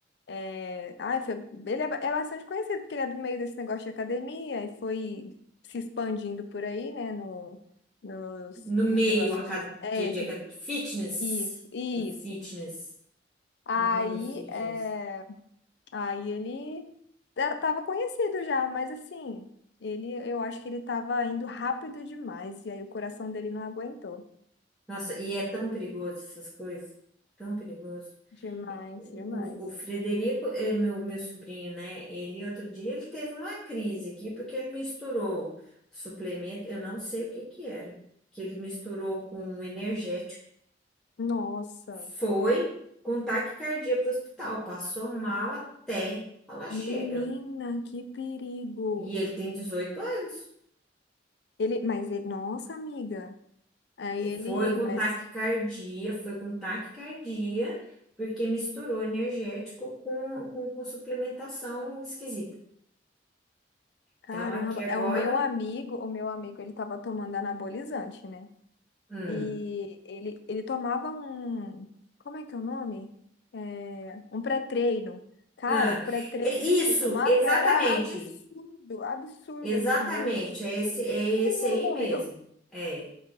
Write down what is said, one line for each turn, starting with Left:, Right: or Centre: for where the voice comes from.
Left: É, ai, foi, ele é, ba- é bastante conhecido, porque ele é do meio desse negócio de academia e foi se expandindo por aí, né, no, nos,
Centre: no
Left: nos
Centre: meio
Left: negócios
Centre: aca-
Left: de. É,
Centre: de, de aca- de fitness,
Left: isso, isso.
Centre: do fitness,
Left: Aí,
Centre: no mundo fitness.
Left: é. Aí ele era, tava conhecido já, mas assim, ele, eu acho que ele tava indo rápido demais, e aí o coração dele não aguentou.
Centre: Nossa, e é tão perigoso essas coisas, tão perigoso.
Left: Demais,
Centre: O,
Left: demais.
Centre: o Frederico, é meu, meu sobrinho, né? Ele outro dia ele teve uma crise aqui porque ele misturou suplemento, eu não sei o que que era, que ele misturou com um energético,
Left: Nossa,
Centre: foi com taquicardia para o hospital, passou mal até falar chega.
Left: menina, que perigo.
Centre: E ele tem dezoito anos.
Left: Ele, mas ele, nossa, amiga. Aí
Centre: E
Left: ele,
Centre: Foi com
Left: mas
Centre: taquicardia, foi com taquicardia, porque misturou energético com, com, com suplementação esquisita.
Left: caramba,
Centre: Então aqui agora.
Left: é o meu amigo, o meu amigo, ele tava tomando anabolizante, né?
Centre: hum,
Left: E ele, ele tomava um. Como é que é o nome? É, um pré-treino. Cara,
Centre: Ah,
Left: o pré-treino
Centre: é isso,
Left: que ele tomava
Centre: exatamente,
Left: era absurdo, absurdo,
Centre: exatamente,
Left: assim. Eu não sei
Centre: é esse,
Left: como
Centre: é
Left: ele
Centre: esse
Left: não
Centre: aí
Left: morreu.
Centre: mesmo. É.